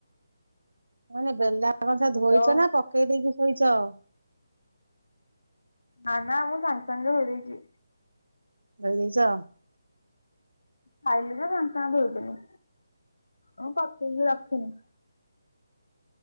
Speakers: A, on the right; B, on the left.
A: ମାନେ ବେଲା କଂସା ଧୋଇଛ
B: ହ୍ୟାଲୋ
A: ନା ପକେଇ ଦେଇକି ଶୋଇଚ?
B: ନା ନା ମୁଁ ସାଙ୍ଗେ ସାଙ୍ଗେ ଧୋଇ ଦେଇଚି।
A: ଧୋଇ ଦେଇଚ?
B: ଖାଇଲି ଯଃ ସାଙ୍ଗ ସାଙ୍ଗ ଧୋଇଦେନି। ମୁଁ ପକେଇକି ରଖିନି।